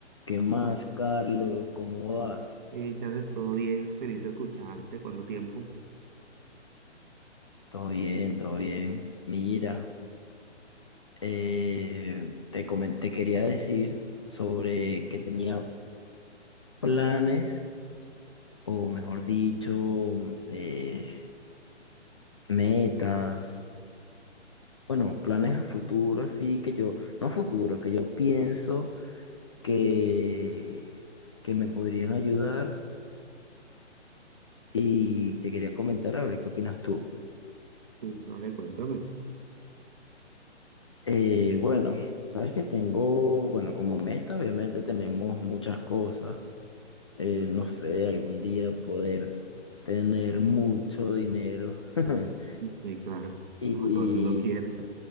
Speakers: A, on the left; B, on the right.
A: ¿Qué más, Carlos? ¿Cómo vas?
B: Y Charles, todo bien, feliz de escucharte, ¿cuánto tiempo?
A: Todo bien, todo bien. Mira, eh, te comen- te quería decir sobre que tenía planes, o mejor dicho, eh, metas, bueno, planes a futuro, así que yo, no a futuro, que yo pienso que, que me podrían ayudar y te quería comentar a ver qué opinas tú.
B: Sí, vale, cuéntame.
A: Eh, bueno, sabes que tengo, bueno, como meta, obviamente tenemos muchas cosas. Eh, no sé, algún día poder tener mucho dinero. <laughs>
B: Sí, claro,
A: Y
B: lo que todo el mundo quiere.